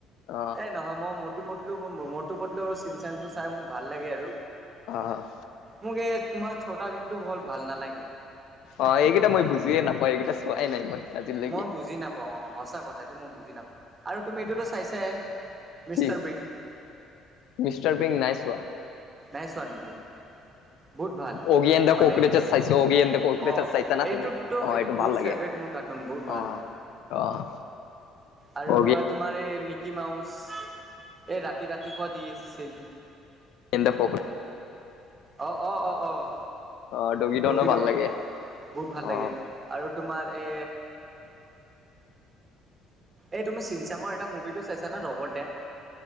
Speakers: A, on the left; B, on the right.
A: অ
B: এই নহয় মই মো পলো মটো পটলো আৰু চিন চনটো চাই মোক ভাল লাগে আৰু।
A: অ'।
B: মোক এ তোমাৰ ছোটা ভিমটো বল ভাল নালাগে।
A: অ' এইকেইটা মই বুজিয়ে নাপাওঁ এইকেইটা চোৱাই নাই মই। আজিলৈকে
B: মই বুজি নাপাওঁ অ' সঁচা কথা এইটো মই বুজি নাপাওঁ, আৰু তুমি এইটোতো চাইছাই। মিষ্টাৰ
A: কি?
B: বিন
A: মিষ্টাৰ বিন নাইছোৱা।
B: নাইছোৱা নেকি? বহুত ভাল,
A: অগি এণ্ড দা
B: মানে
A: কক্ৰচেছ চাইছো অগি এণ্ড দা কক্ৰচেছ
B: অ'
A: চাইছা না
B: এইটো
A: তুমি অ
B: এইটো বহুত
A: ভাল লাগে
B: ফেভৰেট মোৰ ক একদম বহুত
A: অ',
B: ভাল।
A: অ'।
B: আৰু
A: অগি
B: তোমাৰ এই মিকি মাউচ এই ৰাতি ৰাতিপুৱা দিছিল
A: এনে দা পকেট।
B: অ', অ', অ, অ'
A: অ', ডগি ডনো
B: দগীদন
A: ভাল লাগে
B: বহুত ভাল
A: অ',
B: লাগে। আৰু তোমাৰ এ এই তুমি চিনচেমৰ এটা মুভি টো চাইছা না ৰ'বট ডেড?